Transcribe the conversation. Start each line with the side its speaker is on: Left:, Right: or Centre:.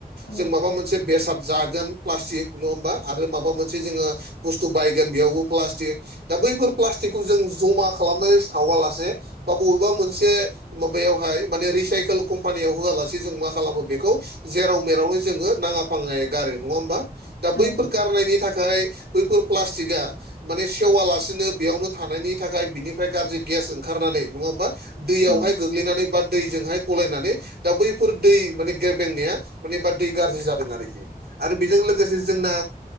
Left: औ
Right: जों माबा मोनसे बेसाद जागोन प्लास्टिक नङा हबा आरो माबा मोनसे मोनसे जोङो बुस्थु बायगोन बेयावबो प्लास्टिक, दा बैफोर प्लास्टिकखौ जों जमा खालामनानै सावालासे बा बबेबा मोनसे माबायावहाय माने रिसाइकेल कम्पानियाव होआलासे जों मा खालामो बेखौ जेराव मेरावनो जोङो नाङा फाङायै गारो नङा होमबा दा बैफोर
Left: औ
Right: गारनायनि थाखाय थाय बैफोर प्लास्टिकआ माने सेवालासिनो बेयावनो थानायनि थाखाय बिनिफ्राय गाज्रि गेस ओंखारनानै नङा होमबा। दैयावहाय
Left: औ
Right: गोग्लैनानै बा दैजोंहाय गलायनानै दा बैफोर दै माने गेबेंनाया माने बा दै गाज्रि जादों आरोखि आरो बेजों लोगोसे जोंना